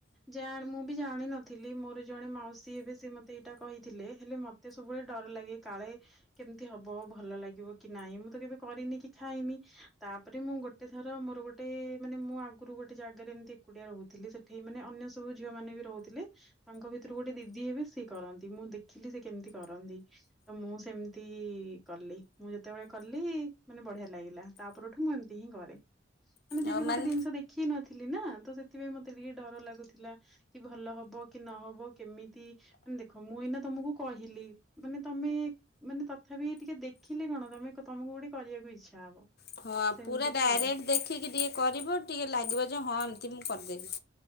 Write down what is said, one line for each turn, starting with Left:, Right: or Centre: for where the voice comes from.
Centre: ଜାଣ୍ ମୁଁ ବି ଜାଣିନଥିଲି ମୋର ଜଣେ ମାଉସୀ ଏବେ ସେ ମତେ ଏଇଟା କହିଥିଲେ ହେଲେ ମ ତେ ସବୁବେଳେ ଡର ଲାଗେ କାଳେ କେମତି ହବ ଭଲ ଲାଗିବ କି ନାଇଁ ମୁଁ ତ କେବେ କରିନି କି ଖାଇନି ତାପରେ ମୁଁ ଗୋ ଟେ ଥର ମୋର ଗୋଟେ ମାନେ ମୁଁ ଆ କୁରୁ ଗୋଟେ ଜାଗାରେ ଏମତି ଏକୁଟିଆ ରହୁଥିଲି ସେଠି ମାନେ ଅନ୍ୟ ସବୁ ଝିଅମାନେ ବି ରହୁଥିଲେ। ତାଙ୍କ ଭିତୁରୁ ଗୋଟେ ଦିଦି ହେବେ ସିଏ କରନ୍ତି ମୁଁ ଦେଖିଲି ସେ କେମିତି କରନ୍ତି। ତ ମୁଁ ସେମତି କଲି ମୁଁ ଯେତେବେଳେ କଲି ମାନେ ବଢ଼ିଆ ଲାଗିଲା। ତା ପରଠୁ ମୁଁ ଏମତି ହିଁ କରେ ଆନେ ଯେବେ
Left: ଆଉ
Centre: ଗୋଟେ
Left: ମାନେ
Centre: ଦିନିଷ ଦେ ଖି ନଥିଲି ନାଁ ତ ସେଥିପାଇଁ ମତେ ଟିକେ ଡର ଲାଗୁଥିଲା। କି ଭଲ ହବ କି ନହବ କେମିତି ଆନ୍ ଦେଖ ମୁଁ ଏଇନା ତମୁକୁ କହିଲି ମାନେ ତମେ ମାନେ ତଥାପି ଟିକେ ଦେଖିଲେ କଣ ତମେ ତମୁକୁ ଗୋଟେ କରିବାକୁ ଇଚ୍ଛା ହବ।
Left: ଖ
Centre: ସେମିତିକା
Left: ପୁରା ଡାଇରେକ୍ଟ୍
Centre: ଆଉ
Left: ଦେଖିକି ଟିକେ କରିବ ଟିକେ ଲାଗିବ ଯେ ହଁ ଏମତି ମୁଁ କରିଦେବି।